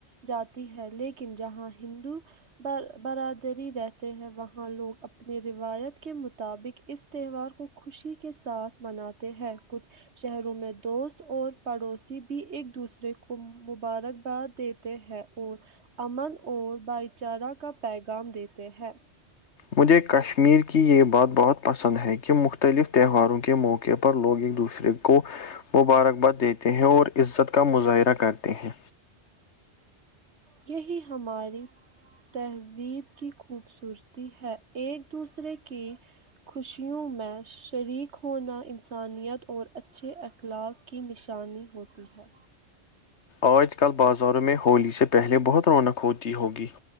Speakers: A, on the right; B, on the left.
A: جاتی ہے لیکن جہاں ہندو بر برادری رہتے ہیں وہاں لوگ اپنی روایت کے مطابق اس تہوار کو خوشی کے ساتھ مناتے ہیں کچھ شہروں میں دوست اور پڑوسی بھی ایک دوسرے کو مبارکباد دیتے ہیں اور امن اور بھائی چارہ کا پیغام دیتے ہیں
B: مجھے کشمیر کی یہ بات بہت پسند ہے کہ مختلف تہواروں کے موقع پر لوگ ایک دوسرے کو مبارکباد دیتے ہیں اور عزت کا مظاہرہ کرتے ہیں
A: یہی ہماری تہذیب کی خوبصورتی ہے ایک دوسرے کی خوشیوں میں شریک ہونا انسانیت اور اچھے اخلاق کی نشانی ہوتی ہے
B: آج کل بازاروں میں ہولی سے پہلے بہت رونق ہوتی ہوگی